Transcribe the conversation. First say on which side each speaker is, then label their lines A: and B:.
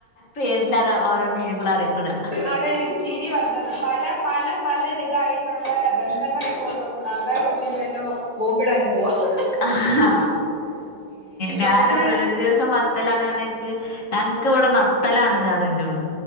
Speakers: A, on the left (about 45°); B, on the left (about 20°).
A: പേരിലാണ് ഓരോ മീനുകളും അറിയിപ്പടുക
B: അതെ എനിക്ക് ചിരി വന്നത് പല പല പല ഇതായിട്ടുള്ള ബന്ധങ്ങൾ ഇപ്പോ ഉള്ളത കൊൺ ആൾക്കാരോർക്കും വല്ലോ ബോംബിടാനും പോവാന്ന്
A: അഹ്ആ ഞാനും
B: പക്ഷേ
A: ഒരു ദിവസം വ വത്തെലാണ് <unintelligible> ഞങ്ങൾക്ക് ഇവിടെ നത്തലാണ് പർഞ്ഞിന്നോട്